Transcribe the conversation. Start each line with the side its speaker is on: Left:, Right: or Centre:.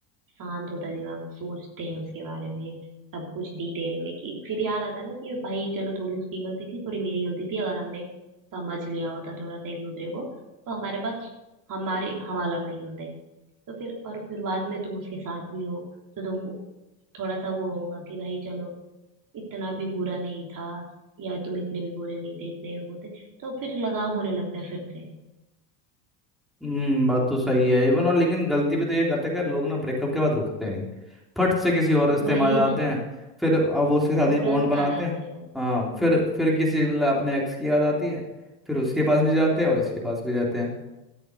Right: शांत होता है दिमाग सोचते हैं उसके बारे में सब कुछ डिटेल में कि फिर याद आता है ना कि भाई चलो थोड़ी उसकी गलती थी थोड़ी मेरी गलती थी अगर हमने समझ लिया होता थोड़ा सा एक दूसरे को तो हमारे पास हमारे हम अलग नहीं होते तो फिर और फिर बाद में तुम उसके साथ भी हो तो तुमको थोड़ा सा वो होगा कि भाई चलो इतना भी बुरा नहीं था या तुम इतने भी बुरे नहीं थे इतने वो थे तो फिर लगाव होने लगता है फिर से
Centre: हम्म बात तो सही है इवन और लेकिन गलती भी तो ये करते हैं कि लोग ना ब्रेकअप के बाद रुकते नहीं फट से किसी और रिश्ते
Right: वही
Centre: में आ जाते
Right: ना
Centre: हैं फिर अब वो उसके साथ
Right: तुरंत
Centre: ही बॉन्ड बनाते
Right: आ जाते
Centre: हैं
Right: हैं
Centre: हाँ फिर फिर किसी ल- अपने एक्स की याद आती है फिर उसके पास भी जाते हैं और इसके पास भी जाते हैं